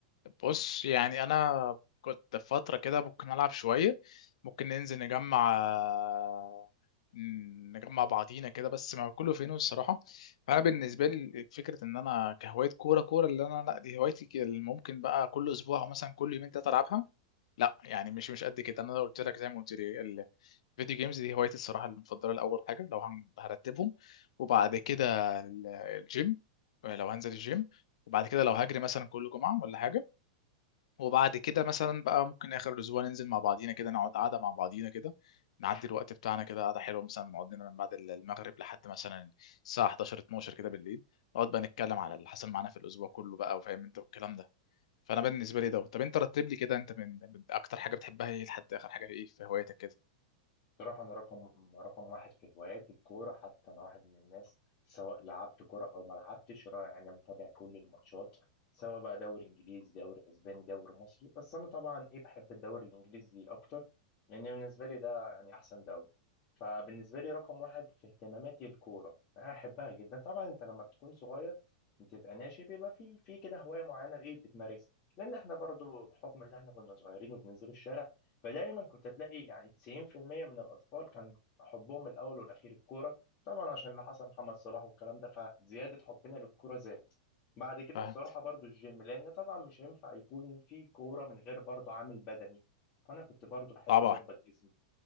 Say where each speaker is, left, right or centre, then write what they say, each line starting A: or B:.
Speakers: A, on the left (about 75°); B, on the left (about 35°).
A: بص يعني انا كنت في فتره كده ممكن العب شويه ممكن ننزل نجمع آه، نجمع بعضينا كده بس ما كله فين الصراحه فانا بالنسبه لي فكره ان انا كهوايه كوره كوره اللي انا لا دي هوايتي ك- اللي ممكن بقى كل اسبوع او مثلا كل يومين ثلاثه العبها لا يعني مش مش قد كده انا لو قلت لك زي ما قلت لي ال- الفيديو جيمز دي هوايتي الصراحه المفضله لاول حاجه لو هن- هرتبهم وبعد كده ال- الجيم لو هنزل الجيم وبعد كده لو هجري مثلا كل جمعه ولا حاجه وبعد كده مثلا بقى ممكن اخر الاسبوع ننزل مع بعضينا كده نقعد قعده مع بعضينا كده نعدي الوقت بتاعنا كده قعده حلوه مثلا نقعد لنا من بعد المغرب لحد مثلا الساعه 11 12 كده بالليل نقعد بقى نتكلم على اللي حصل معانا في الاسبوع كله بقى وفاهم انت والكلام ده فانا بالنسبه لي ده طب انت رتب لي كده انت من من اكتر حاجه بتحبها ايه لحد اخر حاجه ايه في هوايتك كده
B: بصراحة أنا رقم رقم واحد في هواياتي الكورة حتى أنا واحد من الناس سواء لعبت كورة أو ما لعبتش را- أنا متابع كل الماتشات سواء بقى دوري إنجليزي دوري أسباني دوري مصري بس أنا طبعا إيه بحب الدوري الإنجليزي أكتر لأن بالنسبة لي ده يعني أحسن دوري فبالنسبة لي رقم واحد في اهتماماتي الكورة أنا أحبها جدا طبعا أنت لما بتكون صغير بتبقى ناشئ بيبقى في في كده هواية معينة إيه بتمارسها لأن إحنا برضو بحكم إن إحنا كنا صغيرين وبننزلوا الشارع فدايما كنت تلاقي يعني 90% من الأطفال كان حبهم الأول والأخير الكورة طبعا عشان اللي حصل محمد صلاح والكلام ده فزيادة حبنا للكورة زاد بعد كده
A: فاهم
B: بصراحة برضو الجيم لأن طبعا مش هينفع يكون في كورة من غير برضو عامل بدني فأنا كنت برضو بحب
A: طبعا
B: أظبط جسمي